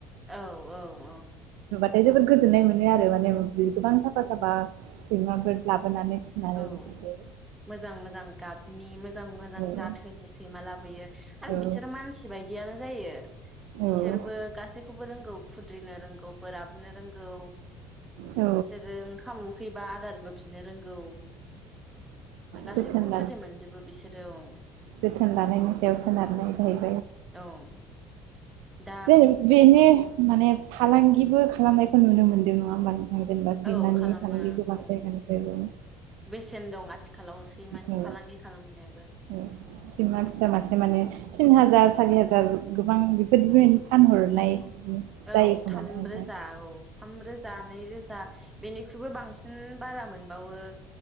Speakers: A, in the centre; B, on the right.
A: औ औ औ।
B: दा जोबोद गोजोन्नाय मोनो आरो माने गोबां साफा साफा सैमाफोर लाबोनानै। फिसिनानै
A: औ
B: बेफोरखौ
A: मोजां मोजां गाबनि मोजां मोजां
B: औ
A: जाथोनि सैमा लाबोयो आरो
B: औ
A: बिसोर मानसि बायदियानो जायो।
B: औ
A: बिसोरबो
B: औ
A: गासैखौबो रोंगौ। खुद्रिनो रोंगौ बोराबनो रोंगौ।
B: औ
A: बिसोरो ओंखाम उखै बा आदारबो बिनो रोंगौ। गासैखौबो
B: जोथोन
A: बुजि मोनजोबो बिसोरो औ
B: जोथोन लानायनि सायाव सोनारनाय जाहैयो।
A: औ। दा
B: जेन बेनि माने। फालांगिबो खालामनायखौ नुनो मोन्दों नङा होमबा। जेनेबा सैमानि
A: औ खालामो
B: फालांगि गोबां
A: औ
B: जायगानिफ्रायबो
A: बेसेन दं आथिखालाव सैमानि
B: औ
A: फालांगि खालामनायाबो।
B: औ सैमा फिसा मासे माने तिन हाजार, सारि हाजार गोबां बेफोरबायदिनो फानहरनाय।
A: औ
B: जायो खोमा
A: थाम
B: ना नोंथां
A: रोजा औ थाम रोजा नै रोजा। बेनिख्रुइबो बांसिन बारा मोनबावो,